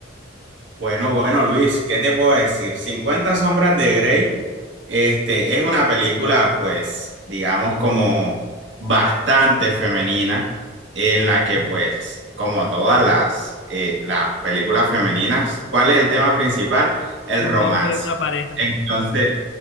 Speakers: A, on the right (about 70°); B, on the left (about 70°).
A: Bueno, bueno, Luis, ¿qué te puedo decir? Cincuenta sombras de Grey, este, es una película, pues, digamos, como bastante femenina, en la que, pues, como todas las, eh, las películas femeninas, ¿cuál es el tema principal? El
B: Un
A: romance.
B: hombre y una pareja.
A: Entonces,